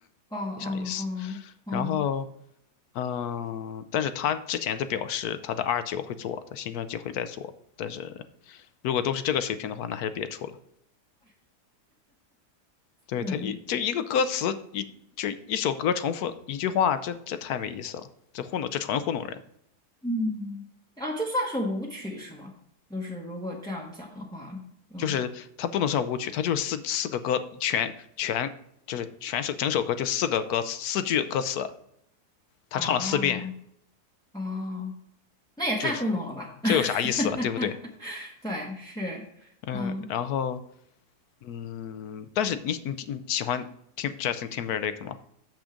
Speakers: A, in the centre; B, on the left (about 70°).
A: 哦哦哦，
B: 没啥意思。
A: 嗯
B: 然后，嗯，但是他之前在表示他的 R 九会做，他新专辑会再做，但是如果都是这个水平的话，那还是别出了。对，
A: 嗯，
B: 他一就一个歌词一就一首歌重复一句话，这这太没意思了，这糊弄这纯糊弄人。
A: 嗯，啊，就算是舞曲是吗？就是如果这样讲的话，就
B: 就是它不能算舞曲，它就是四四个歌全全就是全首整首歌就四个歌词四句歌词，他唱了四遍，
A: 哦哦，那也太糊弄了吧？
B: 就是这有啥意思啊，对不对？
A: <laughs> 对，是，
B: 嗯，
A: 嗯。
B: 然后嗯，但是你你你喜欢听 Justin Timberlake 吗？